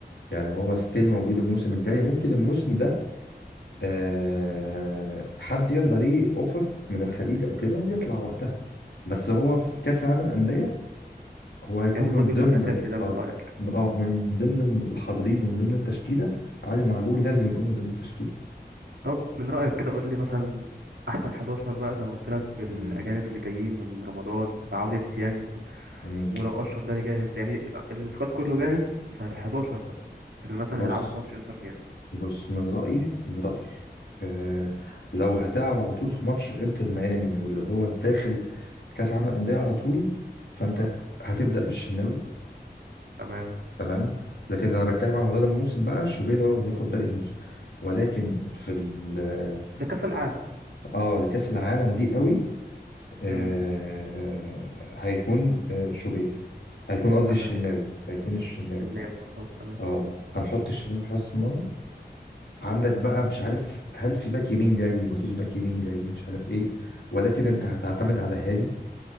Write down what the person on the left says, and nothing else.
يعني هو ستيل موجود الموسم الجاي ممكن الموسم ده آه حد يرضى عليه اوفر من الخليج او كده ويطلع وقتها بس هو في كاس العالم للانديه هو هيكون
من
ضمن
ال...
اه
م- اه من ضمن الم- الحاضرين ومن ضمن التشكيله علي معلول لازم يكون من ضمن التشكيله
مم.
مم.
بص
بص من رايي من رايي آه لو هتلعب على طول في ماتش انتر ميامي واللي هو داخل كاس عالم الانديه على طول فانت
هتبدا بالشناوي
تمام لكن انا بتكلم على مدار الموسم بقى شوبير هو اللي هياخد باقي الموسم ولكن في ال اه
آه، لكاس العالم دي قوي آه
هيكون آه شوبير هيكون قصدي
الشناوي هيكون الشناوي
اه هنحط الشناوي في حراسة المرمى عندك بقى مش عارف هل في باك يمين جاي مفيش باك يمين جاي مش عارف ايه ولكن انت هتعتمد على هاني